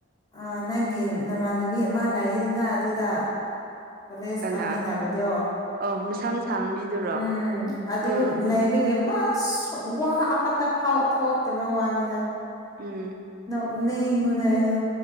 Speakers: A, on the left (about 20°); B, on the right (about 45°).
A: ꯑ ꯅꯪꯒꯤ ꯅꯃꯥꯟꯅꯕꯤ ꯑꯃ ꯂꯥꯛꯏꯗꯨꯅ ꯑꯗꯨꯗ ꯀꯣꯂꯦꯖ
B: ꯀꯅꯥ
A: ꯀꯥꯃꯤꯟꯅꯕꯗꯣ
B: ꯑꯣ ꯃꯁꯝ ꯁꯥꯡꯕꯤꯗꯨꯔꯣ
A: ꯎꯝ ꯑꯗ
B: ꯎꯝ
A: ꯂꯥꯏꯕꯒꯕ ꯑ ꯋꯥ ꯑꯃꯇ ꯐꯥꯎ ꯊꯣꯛꯂꯛꯇꯕꯅ ꯋꯥꯅꯤꯅ
B: ꯎꯝ
A: ꯅꯒꯨꯗꯥꯏꯗ